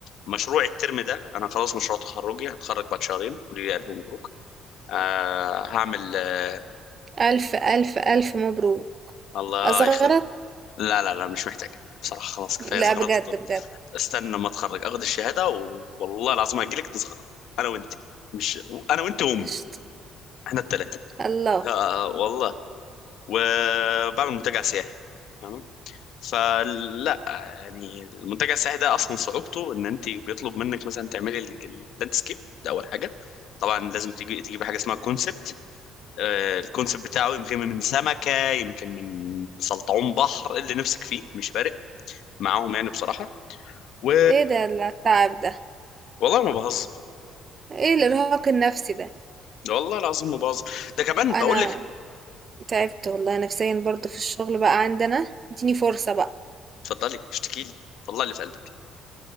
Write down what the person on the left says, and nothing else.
مشروع الترم ده انا خلاص مشروع تخرجي هتخرج بعد شهرين ولي الف مبروك آه، هعمل آه،
الله
يخليك لا لا لا مش محتاج بصراحة خلاص كفاية
زغرطة
طب
استنى لما اتخرج اخد الشهادة و... والله العظيم هجيلك نزغرط انا وانت مش انا وانت وامي
احنا الثلاثة
آه والله وبعمل منتجع سياحي تمام فلا يعني المنتجع السياحي ده اصلا صعوبته ان انت بيطلب منك مثلا تعملي ال- اللاندسكيب ده اول حاجة طبعا لازم تجي تجيبي حاجة اسمها كونسبت الكونسبت بتاعه يمكن من سمكة يمكن من سلطعون بحر اللي نفسك فيه مش فارق معاهم يعني بصراحه و
والله ما بهزر
ده والله العظيم ما بهزر ده كمان بقول
لك
اتفضلي اشتكي لي طلع اللي في قلبك